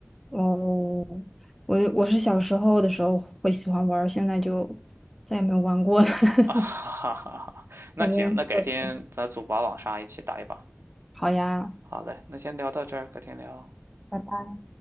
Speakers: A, in the centre; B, on the right (about 60°).
A: 哦，我我是小时候的时候会喜欢玩儿，现在就再也没有玩过了。<laughs>
B: <laughs> 啊哈哈哈哈！那行，
A: 再没人说狗
B: 那改天咱组把网杀一起打一把。
A: 好呀，
B: 好嘞，那先聊到这儿，改天聊。
A: 拜拜。